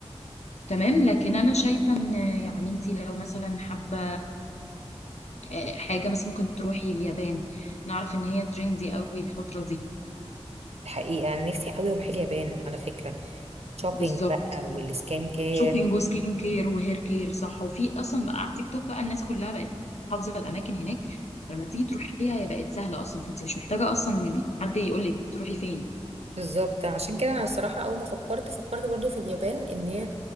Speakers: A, on the left; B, on the right.
A: تمام لكن انا شايفة ان يعني انت لو مثلا حابة آه، حاجة مثلا ممكن تروحي اليابان نعرف ان هي تريندي قوي الفترة دي
B: الحقيقه انا نفسي قوي اروح اليابان على فكره شوبينج
A: بالظبط
B: بقى والسكان كير
A: شوبينج وسكين كير وهير كير صح وفي اصلا بقى على التيك توك بقى الناس كلها بقت حافظه الاماكن هناك لما تيجي تروحيها هي بقت سهله اصلا فانت مش محتاجه اصلا حد يقول لك تروحي فين
B: بالظبط عشان كده انا الصراحه اول ما فكرت فكرت برضو في اليابان ان هي